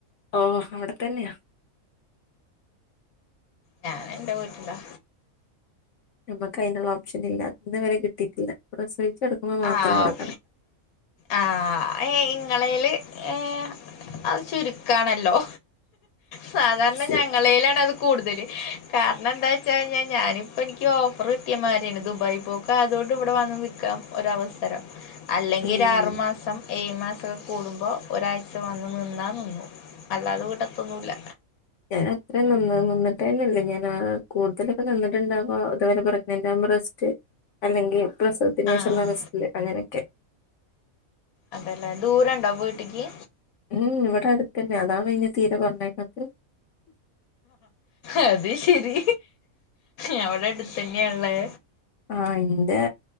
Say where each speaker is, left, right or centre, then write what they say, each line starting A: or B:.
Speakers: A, on the left (about 65°); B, on the left (about 80°).
A: ഓ അവിടെതന്നെയാ
B: ഞാനെൻ്റെ വീട്ട്ലാ
A: നമ്മക്ക് ഐനുള്ള ഓപ്ഷൻ ഇല്ല ഇത്വരെ കിട്ടീട്ടില്ല പ്രസവിച്ച് കെടക്കുമ്പോ മാത്രം
B: ആവ്
A: അവിടെ
B: ആ എ ഇങ്ങളീല് ഏ അത് ചുരുക്കാണല്ലോ സാധാരണ
A: കെടക്കാം
B: ഞങ്ങളീലാണാത് കൂടുതല് കാരണന്താ ചൈഞാ ഞാനിപ്പനിക്ക് ഓഫർകിട്ടിയമാരിയാണ് ദുബായി പോക്കായതോണ്ട് ഇവിടെവന്ന് നിക്കാം അവസരം അല്ലെങ്കിരാറു
A: ഉം
B: മാസം ഏഴ് യ് മാസകൂടുമ്പോ ഒരാഴ്ച വന്ന് നിന്നാ നിന്നു അല്ലാതെ വീടത്തൊന്നൂല്ല
A: ഞാനത്രയും നിന്ന് നിന്ന്ട്ടെന്നെല്ല ഞാൻ ആ കൂടുതലൊക്കെ നിന്നിട്ടുണ്ടാവ തുപോലെ പ്രഗ്നൻ്റ് റസ്റ്റ് അല്ലെങ്കിൽ പ്രസവത്തിേനേ
B: ആഹ്
A: ഷള്ളറസ്റ്റ്അങ്ങനെയൊക്കെ
B: അതെലേ ദൂരണ്ടോ വീട്ടിക്ക്
A: ഉം ഇവിടെ അടുത്തന്നെ അതാണ് ഇഞ്ഞെ തീരെ പറഞ്ഞയക്കാത്ത്
B: അത് ശരി ഏ വ്ടെ അടുത്തന്നേൺലെ
A: ആ ഇൻ്റെ